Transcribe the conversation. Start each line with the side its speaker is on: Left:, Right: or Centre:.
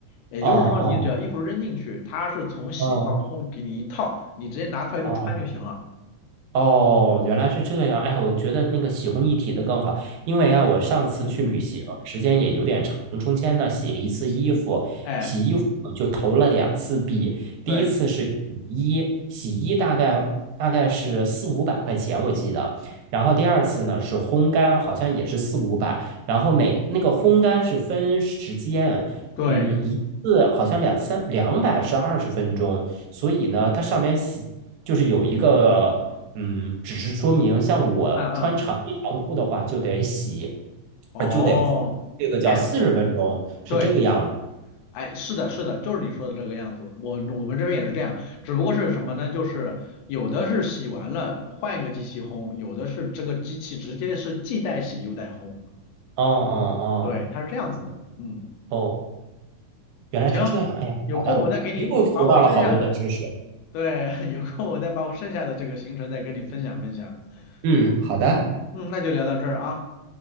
Left: 也就是说，
Right: 哦哦
Left: 你只要衣服扔进去，它是从洗到烘给你一套，
Right: 哦
Left: 你直接拿出来就穿就行了。
Right: 哦哦，原来是这样。哎，我觉得那个洗烘一体的更好，因为啊，我上次去旅行，
Left: 嗯嗯
Right: 时间也有点长，
Left: 嗯，
Right: 中间呢洗了一次衣服，
Left: 哎，
Right: 洗衣服就投了两次币。第一次是洗衣，
Left: 对。
Right: 洗衣大概大概是四五百块钱，我记得。然后第二次呢是烘干，好像也是四五百。然后每那个烘干是分时间，
Left: 对，
Right: 嗯，一次好像两三两百是二十分钟，所以呢，它上面洗就是有一个。嗯，只是说明像我穿长衣长裤的话，
Left: 嗯嗯，
Right: 就得洗，
Left: 哦，
Right: 呃就得呼，这个叫四十分钟，
Left: 哎，
Right: 是这个样子。
Left: 对，哎，是的，是的，就是你说的这个样子。我我们这边也是这样，只不过是什么呢？就是有的是洗完了换一个机器烘，有的是这个机器直接是既带洗又带烘。
Right: 哦哦哦
Left: 对，它是这样子的。嗯，
Right: 哦，原来是这样。
Left: 行，
Right: 哎呀，
Left: 有空我再给你把我剩下的，
Right: 好的，又学到了好多的知识。
Left: 对，<laughs> 有空我再把我剩下的这个行程再跟你分享分享。
Right: 嗯，好的，
Left: 嗯嗯，那就聊到这儿啊，